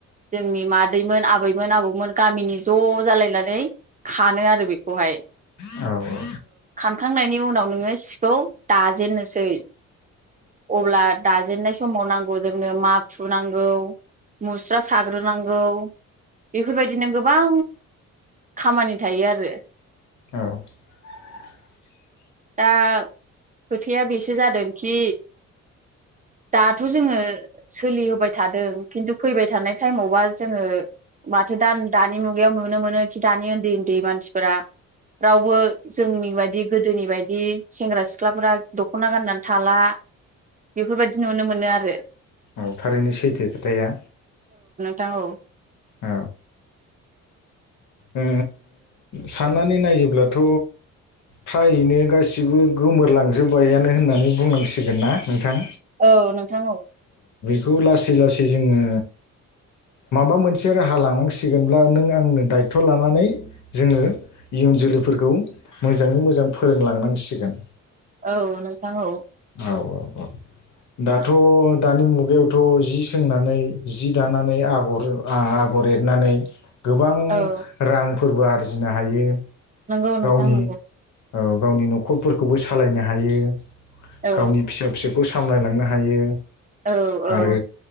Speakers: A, on the right; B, on the left.
A: जोंनि मादैमोन, आबैमोन, आबौमोन गामिनि ज' जालायनानै खानो आरो बेखौहाय।
B: <inaudible> औ औ।
A: खांनायनि उनाव नोङो सिखौ दाजेननोसै। अब्ला दाजेनन्नाय समाव नांगौ जोंनो माखु नांगौ मुस्रा साग्रोनांगौ। बेफोरबायदिनो गोबां खामानि थायो आरो।
B: <inaudible>
A: दाह खोथाया बेसो जादोंखि दाथ' जोङो सोलिहोबाइ थादों खिन्थु फैबाय थानाय टाइमावबा जोङो माथो दान दानि मुगायाव नुनो मोनो खि दानि उन्दै उन्दै मानसिफोरा रावबो जोंनि बायदि गोदोनि बायदि सेंग्रा सिख्लाफोरा दख'ना गाननानै थाला। बेफोरबायदि नुनो मोनो आरो।
B: उम थारैनो सैथो खोथाया।
A: दाव
B: औ ओ साननानै नायोब्लाथ' फ्राइयैनो गासिबो गोमोरलांजोबबायानो होननानै बुंनांसिगोन ना नोंथां?
A: औ नोंथां औ।
B: खौ लासै लासै जोङो माबा मोनसे राहा लानांसिगोनब्ला नों आंनो दायत थ' लानानै जोङो इयुन जोलैफोरखौ मोजाङै मोजां फोरोंलांनांसिगोन।
A: औ नोंथां औ।
B: औ औ औ। दाथ', दानि मुगायावथ' जि सोंनानै जि दानानै आगरजो आगर आगर एरनानै गोबां
A: औ
B: रांफोरबो आरजिनो हायो।
A: नंगौ
B: गावनि
A: नोंथां नंगौ।
B: औ गावनि न'खरफोरखौबो सालायनो हायो
A: औ
B: गावनि फिसा फिसौ खौ सामलायलांनो हायो।
A: औ औ।
B: आरो